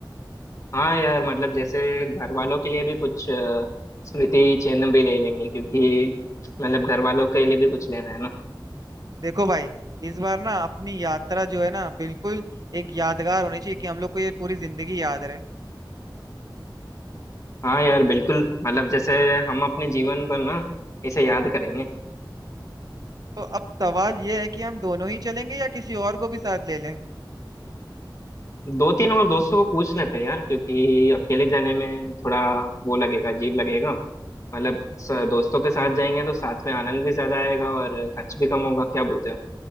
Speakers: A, on the left (about 40°); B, on the right (about 50°).
A: हाँ यार मतलब जैसे घर वालों के लिए भी कुछ अ, स्मृति चिन्ह भी ले लेंगे क्योंकि मतलब घर वालों के लिए भी कुछ लेना है ना
B: देखो भाई इस बार ना अपनी यात्रा जो है ना बिल्कुल एक यादगार होनी चाहिए कि हम लोग को ये पूरी जिंदगी याद रहे
A: हाँ यार बिल्कुल मतलब जैसे हम अपने जीवन पर ना इसे याद करेंगे
B: तो अब सवाल ये है कि हम दोनों ही चलेंगे या किसी और को भी साथ ले लें
A: दो तीन और दोस्तों को पूछ लेते हैं यार क्योंकि अकेले जाने में थोड़ा वो लगेगा अजीब लगेगा मतलब स- दोस्तों के साथ जाएंगे तो साथ में आनंद भी ज्यादा आएगा और खर्च भी कम होगा क्या बोलते हो